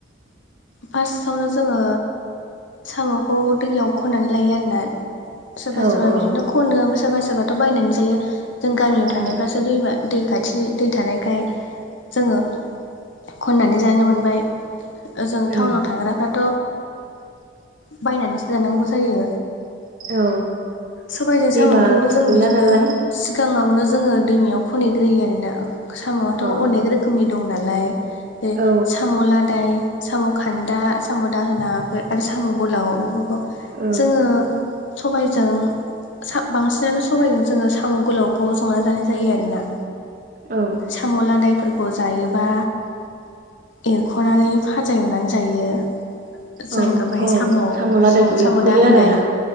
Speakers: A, on the left; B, on the right.
A: फार्स्टआवनो जोङो साम'खौ दैयाव खननानै लायो आरोना सोरबा
B: औ
A: सोरबा
B: औ
A: बिदिनो खनो सोरबा सोरबाथ' बायनानै जायो जों गामियाव थानायफ्रासो
B: औ
A: दैमा दै खाथिनि दै थानायखाय जोङो खननानै जानो मोनबाय ओजों
B: औ
A: टाउनाव थाग्राफ्राथ' बायनानैसो जानांगौ जायो
B: औ
A: सबबायजों
B: दैमा
A: साम'खौबो जों
B: गैला
A: बिदिनो
B: नालाय
A: सिगाङावनो जोङो दैमायाव खनग्रोयो आरोना साम'आथ'
B: औ
A: अनेक रोखोमनि दं नालाय
B: औ
A: साम' लादाय साम' खान्दा साम' दाहोना बेफोर आरो साम' गोलाव बेफोरखौ
B: औ
A: जोङो सबायजों बांसिनानो समायदों जोङो साम' गोलावखौ संना जानाय जायो आरोोना
B: औ
A: साम' लादायफोरखौ जायोबा एरख'नानै फाजा एवनानै जायो जों
B: औ
A: ओमफफ्राय
B: औ
A: साम' गुसुं
B: लादायखौ
A: साम'
B: एरख'यो
A: दाहोनाय
B: आरोना